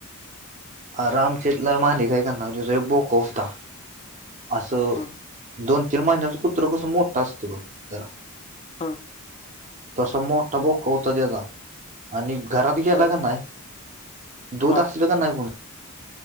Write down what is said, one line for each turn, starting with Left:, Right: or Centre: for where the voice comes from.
Right: आरामचेतला माली काय, कर ना त एक बोका होता. असं
Left: हम्म
Right: दोन तीन महिन्याच, कुत्र कसं मोठा असतं बघ जरा
Left: हां.
Right: तसं मोठबो, कौतं त्याचा आणि घरात गेला
Left: हा
Right: ग नाही. दुध
Left: हा
Right: असल का नाही